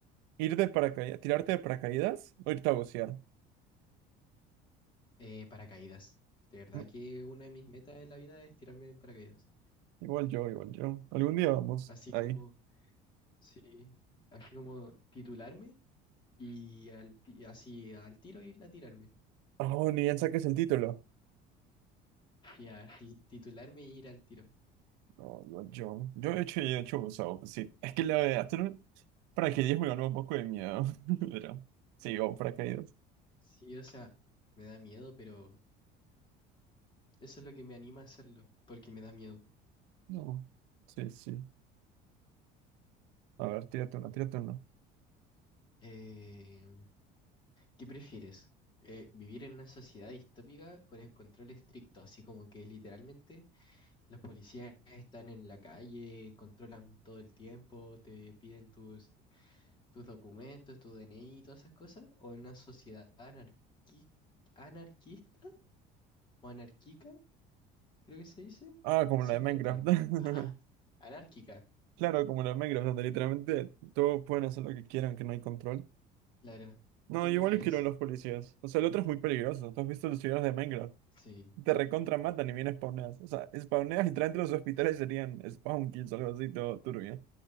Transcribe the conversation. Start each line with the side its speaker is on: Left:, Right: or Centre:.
Right: ir de paracaídas, tirarte de paracaídas o irte a bucear?
Left: Eh, paracaídas. De verdad
Right: Mm,
Left: que una de mis metas en la vida es tirarme en paracaídas.
Right: Igual yo, igual yo. Algún día vamos.
Left: Así
Right: Ahí.
Left: como, sí, así como titularme y al ti- así al tiro ir a tirarme.
Right: Oh, ni bien saques el título.
Left: Y así titularme y ir al tiro.
Right: No, igual yo. Yo he hecho, he hecho buceo. pues Sí. Es que la de hacer un paracaidismo me ganó un poco de miedo. <laughs> Pero. Sí, o paracaídas.
Left: Sí, o sea, me da miedo, pero eso es lo que me anima a hacerlo, porque me da miedo.
Right: No. Sí, sí. A ver, tírate una, tírate una.
Left: Eh, ¿qué prefieres? Eh, ¿vivir en una sociedad distópica con el control estricto, así como que literalmente los policías están en la calle, controlan todo el tiempo, te piden tus, tus documentos, tu DNI y todas esas cosas? ¿O en una sociedad anarqui- anarquista o anarquica, creo que se dice,
Right: Ah, como
Left: sin
Right: la de Minecraft.
Left: control?
Right: <laughs>
Left: Ah, anárquica.
Right: Claro, como los Minecraft, donde literalmente todos pueden hacer lo que quieran, que no hay control.
Left: Claro.
Right: No,
Left: ¿Qué prefieres?
Right: igual yo quiero a los policías. O sea, el otro es muy peligroso. ¿Tú has visto los videos de Minecraft?
Left: Sí,
Right: Te recontra matan y bien spawneas. O sea, spawneas y traen los hospitales serían spawn kills o algo así, todo turbio.